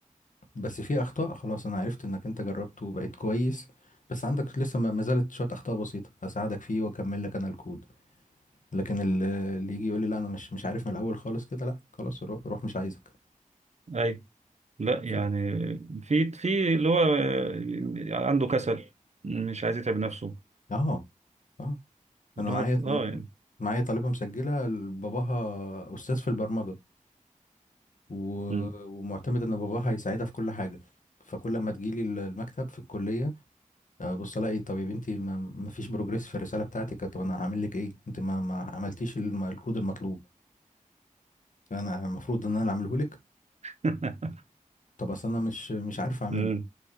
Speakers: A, on the left; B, on the right.
A: بس في اخطاء خلاص انا عرفت انك انت جربته وبقيت كويس بس عندك لسه ما ما زالت شويه اخطاء بسيطه هساعدك فيه واكمل لك انا الكود لكن ال- اللي يجي يقول لي لا انا مش مش عارف من الاول خالص كده لا خلاص رو- روح مش عايزك
B: أي لا يعني
A: ف-
B: في في اللي هو آه، عنده كسل مش عايز يتعب نفسه
A: اه اه انا
B: الواحد
A: معايا
B: اه
A: م-
B: يعني
A: معايا طالبه مسجله ال- باباها استاذ في البرمجه و...
B: مم.
A: ومعتمد ان باباها هيساعدها في كل حاجه فكل ما تجيلي ال- المكتب في الكليه آه، بص الاقي طب يا بنتي ما ما فيش بروجريس في الرساله بتاعتك طب انا هعمل لك ايه انت ما ما عملتيش الم- الكود المطلوب انا المفروض ان انا اللي اعمله لك
B: <laughs>
A: طب اصل انا مش مش عارفه اعمله
B: مم.